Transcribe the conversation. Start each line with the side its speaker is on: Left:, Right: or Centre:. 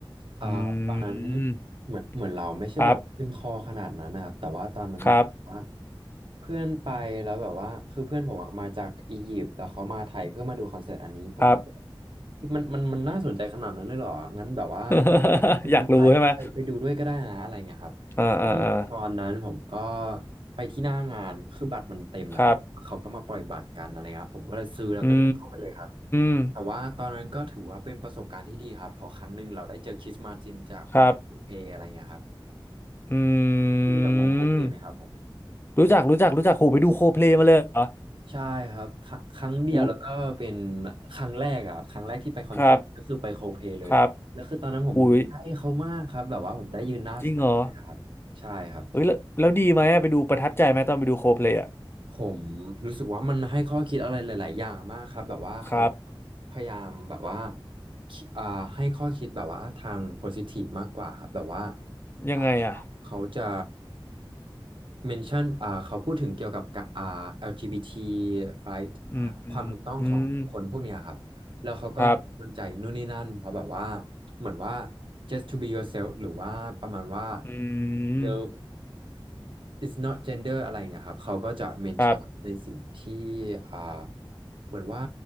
Right: อ่าตอนนั้น
Left: อืม
Right: เหมือนเหมือนเราไม่ใช่แบบขึ้นคอขนาดนั้นนะครับแต่ว่าตอนนั้นว่า
Left: ครับครับ
Right: เพื่อนไปแล้วแบบว่าคือเพื่อนผมอะมาจากอียิปต์แล้วเขามาไทยเพื่อมาดูคอนเสิร์ตอันนี้ผมก็แบบ
Left: ครับ
Right: พี่มันมันมันน่าสนใจขนาดนั้นเลยเหรองั้นแบบว่า
Left: <laughs>
Right: ไปยอมถ่ายภาพไปดูด้วยก็ได้นะอะไรเงี้ยครับซึ่งตอนนั้นผมก็
Left: อยากรู้ใช่ไหมอ่าอ่าอ่า
Right: ไปที่หน้างานคือบัตรมันเต็มนะครับ
Left: ครับ
Right: เขาก็มาปล่อยบัตรกันอะไรเงี้ยครับผมก็เลยซื้อแล้วก็เดินเข้าไปเลยครับ
Left: อืม
Right: แต่ว่าตอนนั้นก็ถือว่าเป็นประสบการณ์ที่ดีครับเพอครั้งหนึ่งเราได้เจอคริสมาจินจากวงโคเพลอะไรเงี้ยครับ
Left: ครับอื
Right: พี่รู้จักวงโคเพลไหมครับผม
Left: มรู้จักรู้จักรู้จักโหไปดูโคเพลมาเลยเหรอ
Right: ใช่ครับครัครั้งเดียวแล้วก็เป็น
Left: อุ้ย
Right: ครั้งแรกอะครับครั้งแรกที่ไปคอนเสิร์ตก็คือไปโคเพเลยแล้วคือตอนนั้นผมอยู่ใกล้เขามากครับแบบว่าผมได้ยืนหน้าสเตจเลยครับใช่ครับ
Left: ครับครับอุ้ยจริงเหรอเฮ้ยแล้วแล้วดีไหมอะไปดูประทับใจไหมตอนไปดูโคเพลอะ
Right: ผมรู้สึกว่ามันให้ข้อคิดอะไรหลายๆอย่างมากครับแบบว่าเขา
Left: ครับ
Right: พยายามแบบว่าคิอ่าให้ข้อคิดแบบว่าทางโพซิทีฟมากกว่าครับแบบว่า
Left: ยังไงอ่ะ
Right: อ่าเขาจะเมนชั่นอ่าเขาพูดถึงเกี่ยวกับกะอ่า LGBT right
Left: อืม
Right: อ่าความถูกต้องของคนพวกเนี้ยครับแล้วเขาก็ให้กำลังใจนู่นนี่นั่นเพราะแบบว่า
Left: อืมครับ
Right: เหมือนว่า just to be yourself หรือว่าประมาณว่า
Left: อื
Right: love
Left: ม
Right: it's not gender อะไรอย่างเงี้ยครับเขาก็จะเมนชั่นในสิ่งที่
Left: ครับ
Right: อ่าเหมือนว่า